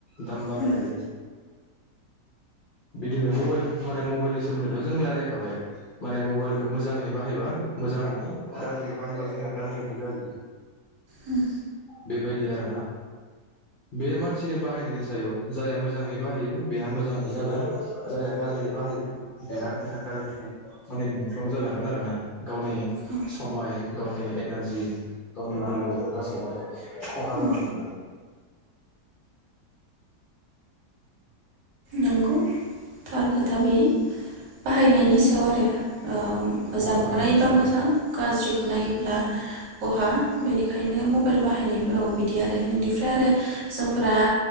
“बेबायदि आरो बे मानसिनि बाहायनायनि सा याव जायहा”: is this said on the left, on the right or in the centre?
Left